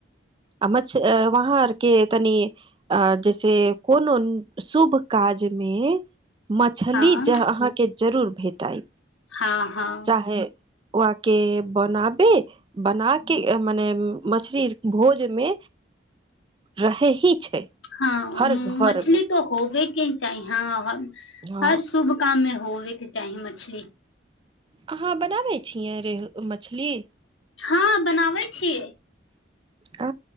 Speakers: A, on the right; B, on the left.
A: आ मछ वहाँ आरके तनि अ जैसे कोनो शुभ काज मे मछली
B: हँ
A: ज अहाँके जरूर भेटाय
B: हँ हँ
A: चाहे ओह के बनाब बना के मने मछरी भोज मे रहै ही छै
B: हँ
A: हर घर
B: मछली
A: मे
B: तो होबेके ही चाही हँ
A: हँ
B: हर शुभ काममे होबेके चाही मछली
A: अहाँ बनाबै छियै रेहू मछली
B: हँ बनाबै छियै
A: अ